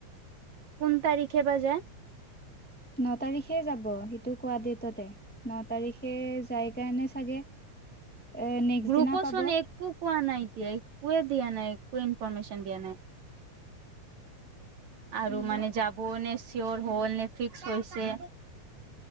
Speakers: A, on the right (about 65°); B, in the centre.
A: কোন তাৰিখে বা যাই?
B: ন' তাৰিখে যাব সেইটো কোৱা ডেটতে ন' তাৰিখে যাই কাৰণে চাগে। এ নেক্সট
A: গ্ৰুপত
B: দিনা পাব
A: চোন একো কোৱা নাই? একোৱে দিয়া নাই, একোৱে ইনফৰৰ্মেশ্যন দিয়া নাই। আৰু
B: কি
A: মানে
B: বা
A: যাব নে চিয়ৰ হ'ল নে ফিক্স হৈছে।